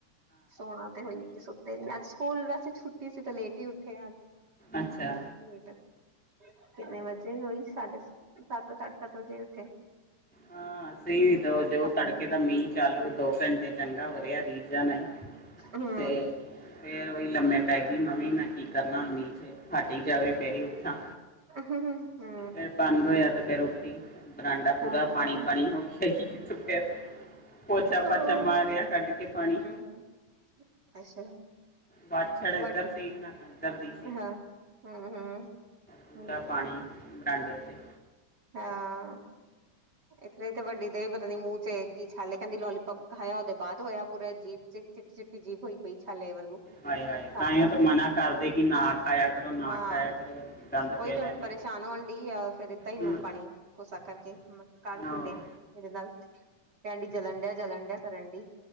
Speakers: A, on the right; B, in the centre.
A: ਸੋਣਾ ਤੇ ਹੋਈ ਤੇ ਅੱਜ ਸਕੂਲ ਵੈਸੇ ਛੁੱਟੀ ਸੀ ਤੇ ਲੇਟ ਹੀ ਉੱਠੇ ਹਾਂ ਅੱ
B: ਅੱਛਾ।
A: ਲੇਟ। ਕਿੰਨੇ ਵਜੇ ਹੋਈ, ਸਾਡੇ ਸੱਤ - ਸਾਢੇ ਸੱਤ ਵਜੇ ਉਠੇ।
B: ਹਾਂ, ਸਹੀ ਵੀ ਤਾਂ ਜੋ
A: ਪਾਪਾ
B: ਤੜਕੇ
A: ਨੇ
B: ਦਾ ਮੀਂਹ ਚਾਲੂ, ਦੋ ਘੰਟੇ ਚੰਗਾ ਵਰਿਆ ਰੀਜਾ ਨਾ ਹੀ।
A: ਹੂੰ
B: ਤੇ ਫੇਰ ਉਹੀ ਲੰਮੇ ਪੈ ਗਈ ਮੈਂ ਵੀ। ਮੈਂ ਕੀ ਕਰਨਾ ਹੁਨ ਮੀਂਹ ਚ ਹੱਟ ਹੀ ਜਾਵੇ ਫੇਰ ਹੀ ਉੱਠਾਂ।
A: ਹੂੰ
B: ਫੇਰ ਬੰਦ ਹੋਇਆ ਤੇ ਫੇਰ ਉੱਠੀ। ਬਰਾਂਡਾ ਪੂਰਾ
A: ਹਾਂ
B: ਪਾਣੀ -ਪਾਣੀ ਹੋ ਗਿਆ ਸੀ ਪੋਚਾ
A: ਹੂੰ
B: ਪਾਚਾ ਮਾਰਿਆ ਕੱਢ ਕੇ ਪਾਣੀ।
A: ਹੂੰ ਅੱਛਾ
B: ਵਾਸ਼ਰ ਇੱਧਰ
A: ਵ
B: ਸੀ ਏਧਰ ਦੀ ਸੀ,
A: ਹਾਂ ਹੂੰ
B: ਪੂਰਾ
A: ਹੂੰ ਤੇ
B: ਪਾਣੀ ਬਰਾਂਡੇ 'ਚ
A: ਹਾਂ। ਇੱਕ ਤੇ ਵੱਡੀ ਦੇ ਹੀ ਪਤਾ ਨੀ ਮੂੰਹ 'ਚ ਛਾਲੇ, ਕਹਿੰਦੀ ਲੋਲੀਪੋਪ ਖਾਇਆ ਉਹਦੇ ਬਾਅਦ ਹੋਇਆ ਪੂਰੇ ਜੀਬ 'ਚ ਚਿੱਟੀ, ਚਿੱਟੀ ਜੀਬ ਹੋਈ ਪਈ ਛਾਲਿਆਂ ਵਰਗੂ।
B: ਹਾਏ ਹਾਏ
A: ਸਾਹਮਣੇ
B: ਤਾਂਹੀ ਉਹ ਤਾਂ ਮਨਾ ਕਰਦੇ ਕਿ ਨਾ ਖਾਇਆ ਕਰੋ, ਨਾ
A: ਹਾਂ
B: ਖਾਇਆ ਕਰੋ ਗੰਦ
A: ਉਹੀ
B: ਪੈ
A: ਤਾ
B: ਲੈਣੇ
A: ਹੁਣ ਪਰੇਸ਼ਾਨ ਹੋਣ ਡਈ ਆ, ਫੇਰ ਦਿੱਤਾ ਹੀ ਨੂਨ
B: ਹੂੰ
A: ਪਾਣੀ ਕੋਸਾ ਕਰਕੇ ਮਤਲਬ ਕਰ ਕੁੱਲੇ
B: ਉਹ,
A: ਏਦੇ ਨਾਲ, ਕਹਿਣ ਡਈ ਜਲਣ ਡਿਆ, ਜਲਣ ਡਿਆ ਕਰਨ ਡਈ।